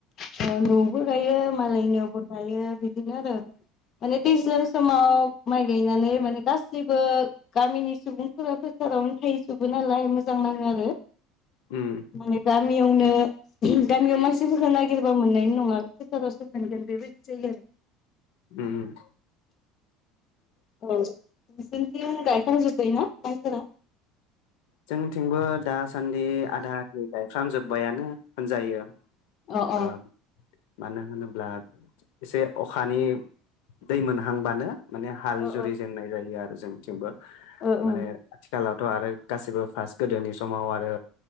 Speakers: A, on the left (about 35°); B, on the left (about 75°).
A: <inaudible> बो गायो मालायनियावबो गायो बिदिनो आरो माने दैज्ला समाव माइ गायनानै माने गासैबो गामिनि सुबुंफोरा सटारावनो थाहैजोबो नालाय मोजां नाङो आरो।
B: उम।
A: माने गामियावनो गामियाव मानसिफोरखौ नागिरबा मोननायनि नङा खथारावसो मोनगोन बेबायदि जायो आरो।
B: उम।
A: औ नोंसोरनिथिं गायखांजोब्बाय ना माइफोरा
B: जोंथिंबो दासान्दि आधाख गायफ्राम जोब्बायानो होनजायो। <inaudible>
A: अ अ
B: मानो होनोब्ला एसे अखानि दै मोनहांबानो माने हाल
A: ओ
B: जुरिजेननाय जायो आरो जोंथिंबो
A: ओ
B: माने आथिखालावथ' आरो गासिबो फार्स गोदोनि समाव आरो